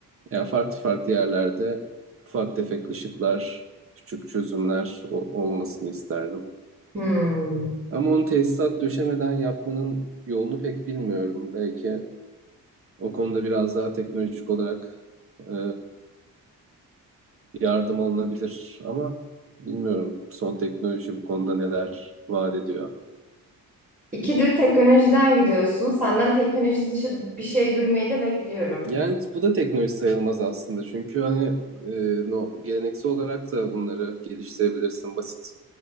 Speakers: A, on the right (about 35°); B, on the right (about 20°).
A: Yani farklı farklı yerlerde ufak tefek ışıklar, küçük çözümler o- olmasını isterdim.
B: Hmm.
A: Ama onu tesisat döşemeden yapmanın yolunu pek bilmiyorum. Belki O konuda biraz daha teknolojik olarak e, yardım alınabilir ama bilmiyorum son teknoloji bu konuda neler vaat ediyor.
B: İkidir teknolojiden gidiyorsun. Senden teknoloji dışı bir şey duymayı da bekliyorum.
A: Yani bu da teknoloji sayılmaz aslında çünkü hani e, no, geleneksel olarak da bunları geliştirebilirsin basit.